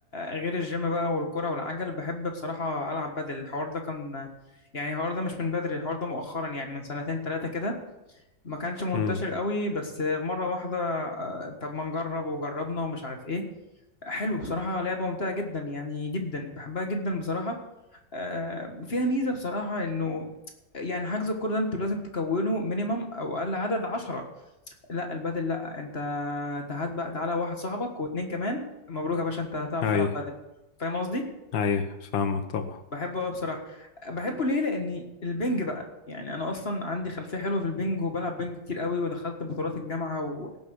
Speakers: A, on the left; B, on the left.
A: غير الجيم بقى والكرة والعجل بحب بصراحه العب بدل الحوار ده كان يعني الحوار ده مش من بدري الحوار ده مؤخرا يعني من سنتين ثلاثه كده ما كانش منتشر
B: امم
A: قوي بس مره واحده آه، طب ما نجرب وجربنا ومش عارف ايه حلو بصراحه لعبه ممتعه جدا يعني جدا بحبها جدا بصراحه آه، فيها ميزه بصراحه انه يعني حجز الكوره ده انتوا لازم تكونوا مينيمم او اقل عدد 10 لا البدل لا انت انت هات بقى تعالى واحد صاحبك واتنين كمان مبروك يا باشا انت هتعرف
B: اي
A: تلعب بدل فاهم قصدي
B: اي فاهمك طبعا
A: بحبه قوي بصراحه بحبه ليه لاني البنج بقى يعني انا اصلا عندي خلفيه حلوه في البنج وبلعب بنج كتير قوي ودخلت بطولات الجامعه و...